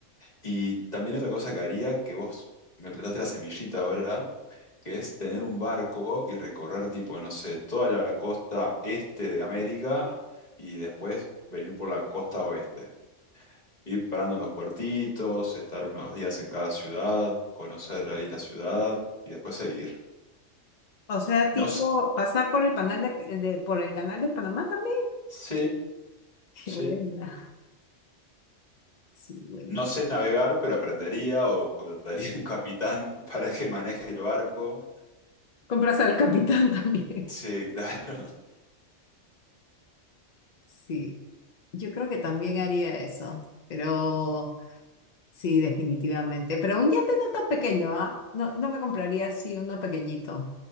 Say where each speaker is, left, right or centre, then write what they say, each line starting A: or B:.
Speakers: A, on the left (about 35°); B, on the left (about 55°).
A: Y también otra cosa que haría, que vos me plantaste la semillita ahora, que es tener un barco y recorrer tipo, no sé, toda la costa este de América y después venir por la costa oeste. Ir parando en los puertitos, estar unos días en cada ciudad, conocer ahí la ciudad y después seguir.
B: O sea, tipo,
A: No sé,
B: pasar por el canal de, de- por el canal de Panamá también.
A: sí,
B: <laughs> Qué
A: sí.
B: buena. Sí, bueno.
A: No sé navegar, pero aprendería o contrataría un capitán <laughs> para que maneje el barco.
B: Compras al capitán <laughs> también.
A: Sí, claro. <laughs>
B: Sí, yo creo que también haría eso, pero Sí, definitivamente. Pero un yate no tan pequeño, ¿ah? No, no me compraría así uno pequeñito.